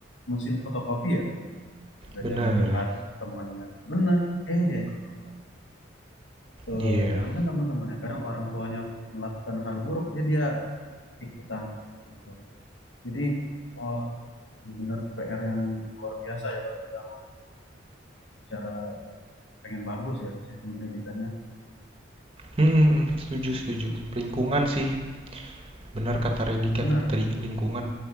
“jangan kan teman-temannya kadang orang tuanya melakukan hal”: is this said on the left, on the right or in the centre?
Left